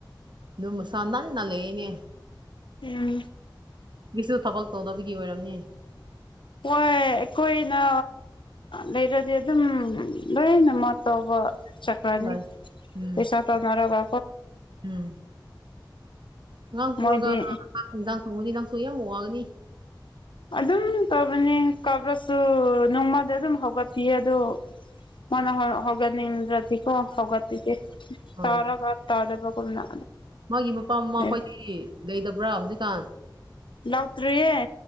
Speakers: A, on the right; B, on the left.
A: ꯃꯁꯥ ꯅꯥꯟꯅ ꯂꯩꯌꯦꯅꯦ
B: ꯎꯝ
A: ꯃꯤꯁꯨ ꯊꯕꯛ ꯇꯧꯗꯕꯒꯤ ꯑꯣꯏꯔꯝꯅꯤ
B: ꯍꯣꯏ ꯑꯩꯈꯣꯏꯅ ꯂꯩꯔꯗꯤ ꯑꯗꯨꯝ ꯂꯣꯏꯅꯃꯛ ꯇꯧꯕ ꯆꯠ
A: ꯍꯣꯏ
B: ꯅꯤ
A: ꯎꯝ
B: ꯄꯩꯁꯥ ꯇꯅꯔꯒ
A: ꯎꯝ ꯑꯉꯥꯡ ꯄꯣꯔꯒ
B: ꯃꯣꯏꯗꯤ
A: ꯆꯥꯛ ꯑꯦꯟꯖꯥꯡ ꯊꯣꯡꯉꯗꯤ ꯅꯪꯁꯨ ꯌꯥꯝ ꯋꯥ ꯋꯥꯒꯅꯤ
B: ꯑꯗꯨꯝ ꯇꯧꯕꯅꯤ ꯀꯕ꯭ꯔꯁꯨ ꯅꯣꯡꯃꯗ ꯑꯗꯨꯝ ꯍꯧꯒꯠꯄꯤꯌꯦ ꯑꯗꯣ ꯃꯅꯥ ꯍꯧꯒꯠꯅꯤꯡꯗꯔ꯭ ꯗꯤ ꯍ ꯍꯧꯒꯠꯄꯤꯗꯦ
A: ꯍꯣꯏ
B: ꯇꯥꯔꯒ ꯇꯥꯗꯕꯒꯨꯝꯅ
A: ꯃꯥꯒꯤ ꯃꯄꯥ ꯃꯃꯥ
B: ꯂꯩ
A: ꯈꯣꯏꯗꯤ ꯂꯩꯇꯕ꯭ꯔꯥ ꯍꯧꯖꯤꯛꯀꯥꯟ
B: ꯂꯥꯛꯇꯔꯤꯌꯦ